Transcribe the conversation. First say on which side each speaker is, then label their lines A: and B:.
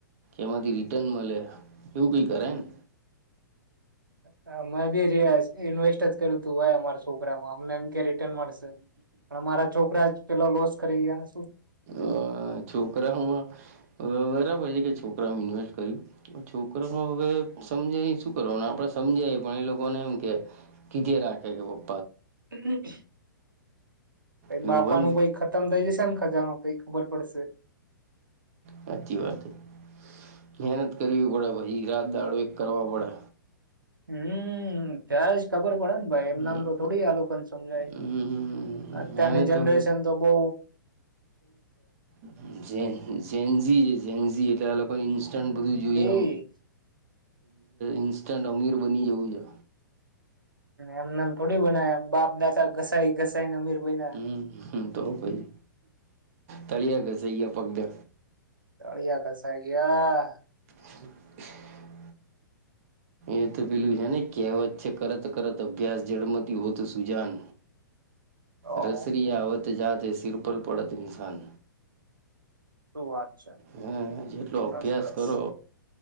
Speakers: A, on the right; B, on the right.
A: એમાંથી રિટર્ન મલે એવું કઈ કરાયને.
B: હા, મેંબી રિયા ઇન્વેસ્ટ જ કર્યુંતું એમ. છોકરામાં અમને એમ કે રિટર્ન મળશે પણ અમારા છોકરા પે લોસ કરી ગયાને
A: અ છોકરા હવે બરાબર છેકે છોકરામાં ઇન્વેસ્ટ કર છોકરા હવે સમજે શું કરવા આપણેે સમજાય. પણ એ લોકોને એમ કે કીધે રાખે પણ
B: <unintelligible>
A: એવું
B: બાપાનું
A: હોય ને
B: ભાઈ ખતમ થઇ જશેને ખજાનું કંઈક. ઉપબર પડશે.
A: સાચી વાત હે. મહેનત કરવી પડે પછી રાત દાડો એક કરવા પડે.
B: હમ, ત્યારે જ ખબર પડે ને ભાઈ એમનામ
A: હમ
B: તો થોડી આલોકન સમજાય.
A: હમ
B: અત્યારની
A: એને
B: જનરેશન
A: તો
B: તો બો
A: <inaudible> ઝેનઝી ઝેનઝી એટલે આ લોકોને ઇન્સ્ટન્ટ બધું જોય
B: એક.
A: ઇન્સ્ટન્ટ અમીર બની જવું છે.
B: એમનેમ થોડી બના એમ. બાપ દાદા ઘસાઈ ઘસાઈને અમીર બયના.
A: હમ તો પહી તળિયા ઘસાઈ ગયા પણ તે.
B: તળિયા ધસાઈ ગયા.
A: <inaudible> એતો પેલું છેને કહેવત છે. કરત કરત અભ્યાસ જળમતી હોતો સુજાન.
B: ઓહો
A: રસરીયા અવત જાતે સરપલ પડત નિશાન.
B: શું વાત છે
A: હા, જેટલો
B: સરસ
A: અભ્યાસ
B: સરસ
A: કરો.